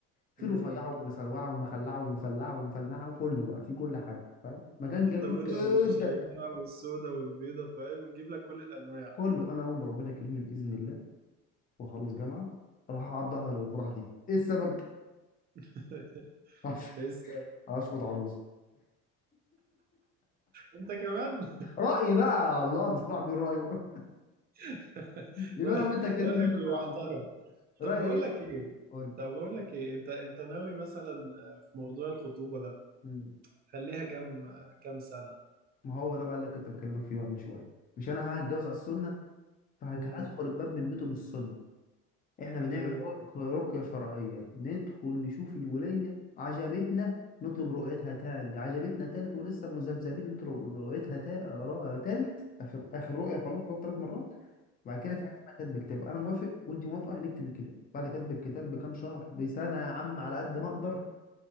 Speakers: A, on the left; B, on the right.
A: في
B: امم
A: رفيعه ومسلوعه ومخلعه ومفلعه ومفلعه وكله بقى في كل حاجه فاهم مكان
B: في
A: جميل
B: الطويله
A: جدا
B: والقصيره والسوداء والبيضه فاهم ونجيب لك كل الانواع
A: كله انا اقوم ربنا يكرمني باذن الله واخلص جامعه اروح اقعد احضر الافراح دي ايه السبب؟
B: <laughs>
A: <laughs> أش-
B: لسه
A: اشقط عروس
B: انت كمان
A: رايي بقى الله مش كل واحد بيقول رايه <laughs>
B: <laughs>
A: يبقى
B: رأي-
A: انا وانت يا كريم
B: رايك
A: نشقط عروس
B: يحترم
A: رايي
B: طب بقول
A: ايه؟
B: لك ايه
A: قول لي.
B: طب بقول لك ايه انت انت ناوي مثلا آه، في موضوع الخطوبه ده
A: مم.
B: تخليها كام آه، كام سنه
A: ما هو ده بقى اللي كنت بكلمك فيه بقى من شويه مش انا هتجوز على السنه فهدخل
B: امم
A: الباب من بيته بالسنه احنا بنعمل
B: حلو
A: رك- رقية شرعية ندخل نشوف الولاية عجبتنا نطلب رؤيتها تاني عجبتنا تالت ولسه مذبذبين نطلب رؤيتها تا... را- تالت اخر اخر رؤية خلاص هو تلات مرات بعد كده في حاجة اسمها كتب كتاب انا موافق وانت موافقة هنكتب الكتاب بعد كتب الكتاب بكام شهر بسنة يا عم على قد ما اقدر